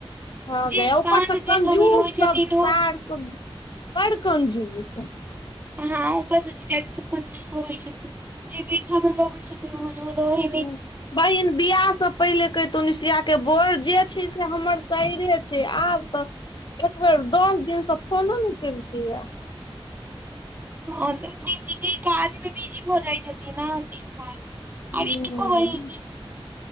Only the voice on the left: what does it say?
हँ
गय ऊपर
से
कंजूस
सब
सर
सब बड़ कंजूस
हूँ बहिन बियाह से पहिले क तो निशिया के बोल जे छै से हमर सायरे छै आब त एक बेेर दस दिन सँ फोनो न केलके य
हूं